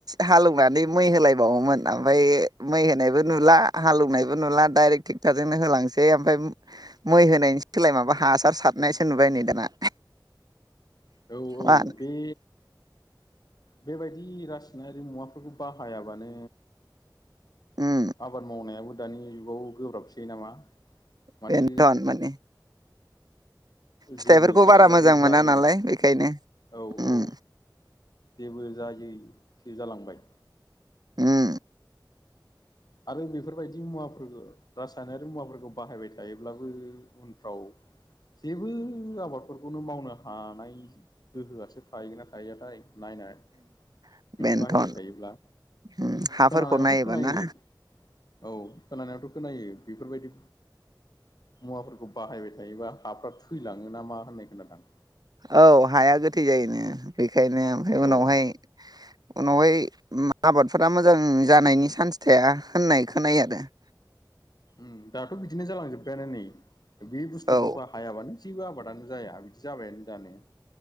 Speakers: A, on the right (about 55°); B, on the left (about 60°).
A: हालेवनानै मै होलायबावोमोन ओमफ्राय मै होनायबो नुला। दा हालौनायबो नुला डायरेख टेक्टर जोंनो होलांसै ओमफ्राय मैं होनायनि सोलाय माबा सारनायसो नुबाय नै दाना।
B: औ औ
A: मा होनो
B: बे बेबायदि मुवाफोरखौ बाहायाबानो
A: उम
B: आबाद मावनायाबो दानि जुगाव गोब्राबसै नामा। माथो
A: बेनथ'न माने। फिथाइफोरखौ
B: जेबो गायबाबो
A: बारा मोजां
B: जायै
A: मोना नालाय बेखायनो
B: औ
A: उम
B: औ। जेबो जायैसो जालांबाय।
A: उम
B: आरो बेफोरबायदि मुवाफोरखौ रासायनारि मुवाफोरखौ बाहायबाय थायोब्लाबो उनफ्राव जेबो आबादफोरखौनो मावनो हानाय गोहोआसो थाहैगोनना थाहैयाथाय। नायनाय
A: बेन-बेनथन
B: बिदि बाहायबाय थायोब्ला
A: उम हाफोरखौ
B: खोनानायावथ'
A: नायोबा
B: खोनायो।
A: ना
B: औ खोनानायावथ' खोनायो बेफोरबायदि मुवाफोरखौ बाहायबाय थायोबा हाफ्रा थैलाङो ना मा होननाय खोनादां।
A: औ हाया गोथै जायोनो बेखायनो ओमफ्राय उनावहाय
B: औ
A: उनावहाय आबादफोरा मोजां जानायनि चान्स थाया होननाय खोनायो आरो। <inaudible>
B: उम दाथ' बिदिनो जालांजोब्बायानो नै बे बुस्थुखौ
A: औ
B: बाहायाबानो जेबो आबादानो जाया बिदि जाबायानो दानो।